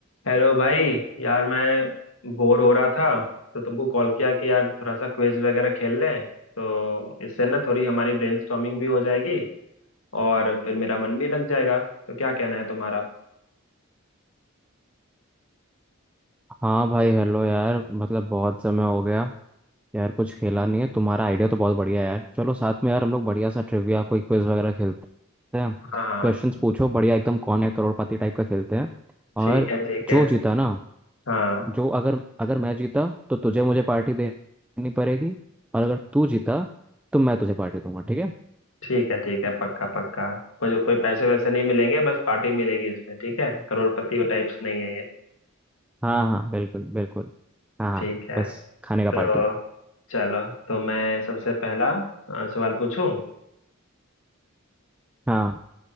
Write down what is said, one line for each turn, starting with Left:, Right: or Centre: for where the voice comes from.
Left: Hello भाई यार मैं बोर हो रहा था तो तुमको कॉल किया कि यार थोड़ा सा क्विज वगैरह खेल लें तो इससे ना थोड़ी हमारी ब्रेनस्टॉर्मिंग भी हो जाएगी और फिर मेरा मन भी लग जाएगा तो क्या कहना है तुम्हारा
Centre: हाँ भाई हेलो यार मतलब बहुत समय हो गया यार कुछ खेला नहीं है तुम्हारा आइडिया तो बहुत बढ़िया है यार चलो साथ में यार हम लोग बढ़िया सा ट्रिविया कोई क्विज वगैरह खेलते हैं
Left: हाँ
Centre: क्वेश्चंस पूछो बढ़िया एकदम कौन है करोड़पति टाइप का खेलते हैं और
Left: ठीक है ठीक
Centre: जो
Left: है
Centre: जीता ना
Left: हाँ
Centre: जो अगर अगर मैं जीता तो तुझे मुझे पार्टी देनी पड़ेगी और अगर तू जीता तो मैं तुझे पार्टी दूंगा ठीक है
Left: ठीक है ठीक है पक्का पक्का कोई कोई पैसे वैसे नहीं मिलेंगे बस पार्टी मिलेगी इसमें ठीक है करोड़पति टाइप्स नहीं है ये
Centre: हाँ हाँ बिल्कुल बिल्कुल हाँ हाँ
Left: ठीक है
Centre: बस खाने का पार्टी
Left: तो चलो तो मैं सबसे पहला अ, सवाल पूछूं
Centre: हाँ